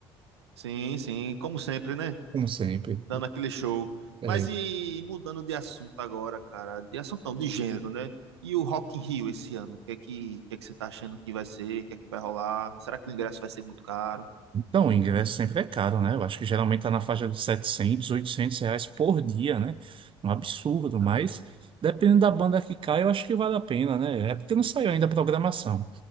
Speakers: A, on the right; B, on the right.
A: Sim, sim, como sempre, né?
B: Como sempre.
A: Dando aquele show.
B: É,
A: Mas e mudando de assunto agora, cara, de assunto não, de gênero, né? E o Rock in Rio esse ano, o que é que, o que é que você tá achando que vai ser, o que é que vai rolar? Será que o ingresso vai ser muito caro?
B: então, o ingresso sempre é caro, né? Eu acho que geralmente está na faixa dos 700 800 reais por dia, né? Um absurdo,
A: né?
B: mas dependendo da banda que cai, eu acho que vale a pena, né? É porque não saiu ainda a programação.